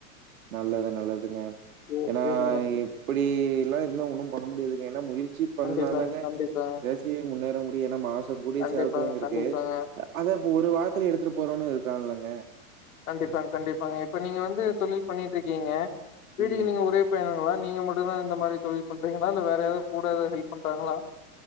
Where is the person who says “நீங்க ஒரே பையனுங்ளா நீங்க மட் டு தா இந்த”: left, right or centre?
Left